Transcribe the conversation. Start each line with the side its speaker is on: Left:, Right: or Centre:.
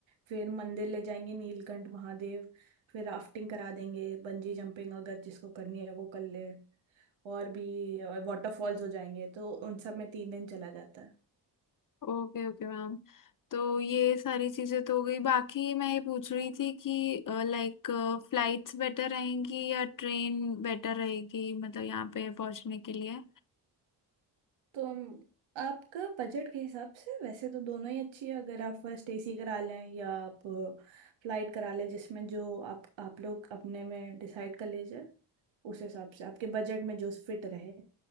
Right: फिर मंदिर ले जाएंगे नीलकंठ महादेव फिर राफ्टिंग करा देंगे बंजी जंपिंग अगर जिसको करनी है वो कर ले और भी और वाटरफॉल्स हो जाएंगे तो उन सब में तीन दिन चला जाता है
Left: Okay okay ma'am तो ये सारी चीजें तो हो गई बाकी मैं ये पूछ रही थी कि लाइक फ्लाइट्स बेटर रहेंगी या ट्रेन बेटर रहेगी मतलब यहाँ पे पहुँचने के लिए
Right: तो हम- आपका बजट के हिसाब से वैसे तो दोनों ही अच्छी है अगर आप फर्स्ट एसी करा लें या आप फ्लाइट करा लें जिसमें जो आप आप लोग अपने में डिसाइड कर लीजिए उस हिसाब से आपके बजट में जो फिट रहे